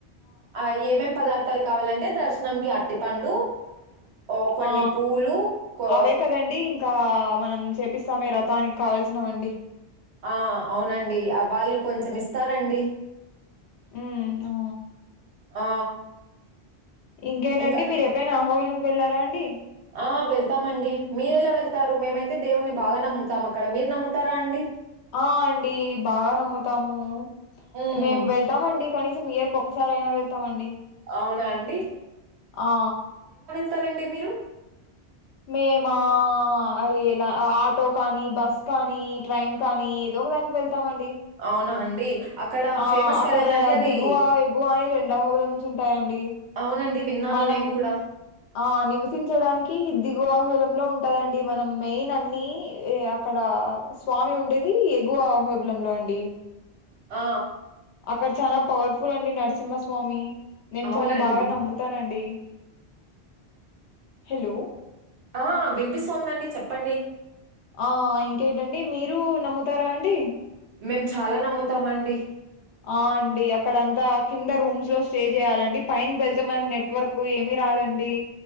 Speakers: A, on the right; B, on the left.
A: ఆ ఏమేం పదార్థ తల్ కావాలంటే దర్శనంకి అట్టి పండు ఓ కొన్ని
B: ఆ
A: పూలు కో
B: అవే కదండి ఇంకా మనం చేపిస్తామే వ్రతానికి కావల్సినవండి
A: ఆ అవునండి వాళ్ళు కొంచెం ఇస్తారండి
B: మ్మ్ ఒ
A: ఆ
B: ఇంకేనండి
A: ఇంకా
B: మీరు ఎప్పుడైనా అహోబిలంకి వెళ్ళారా అండి
A: ఆ వెళ్తామండి మీరెలా వెళ్తారు మేమైతే దేవుని బాగా నమ్ముతాం అక్కడ మీరు నమ్ముతారా అండి
B: ఆ అండి బాగా నమ్ముతాము
A: హ్మ్.
B: మేము వెళ్తామండి కనీసం ఇయరికి ఒక్కసారి అయినా వెళ్తామండి
A: అవునా అండి?
B: ఆ
A: ళ్తారండి మీరు
B: మేమా అది ఇలా ఆ టో కానీ బస్ కానీ ట్రైన్ కానీ ఏదో ఒక దానికి వెళ్తామండి
A: అవునా అండి? అక్కడ
B: ఆ
A: ఫేమస్
B: అక్కడ
A: కదండండి అది.
B: దిగువ ఎగువ అని రెండు అహోబిలమ్స్ ఉంటాయండి
A: అవునండి విన్నాను
B: మనం
A: నేను కూడా
B: ఆ నివసించడానికి దిగువ అహోబిలంలో ఉంటదండి మనం మెయిన్ అన్ని అక్కడ స్వామి ఉండేది ఎగువ అహోబిలంలో అండి
A: ఆ
B: అక్కడ చాలా పవర్ఫుల్ అండి నరసింహస్వామి నేను
A: అవునండి.
B: చాలా బాగా నమ్ముతానండి హలో
A: ఆ వినిపిస్తోందండి చెప్పండి
B: ఆ ఇంకేంటండి మీరు నమ్ముతారా అండి
A: మేము చాలా నమ్ముతామండి
B: ఆ అండి అక్కడంతా కింద రూమ్స్ లో స్టే చేయాలండి పైన్కి వెళ్తే మనకి నెట్వర్క్ ఏమి రాదండి